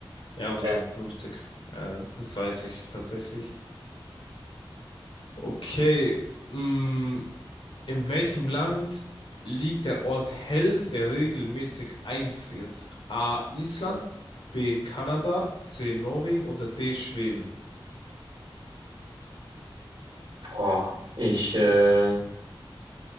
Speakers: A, on the left; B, on the right.
A: Ja, aber es
B: Ja,
A: sind 50. Ja, das weiß ich tatsächlich. Okay, mm, in welchem Land liegt der Ort Hell, der regelmäßig einfriert? A. Island, B. Kanada, C. Norwegen oder D. Schweden?
B: Boah, ich, äh,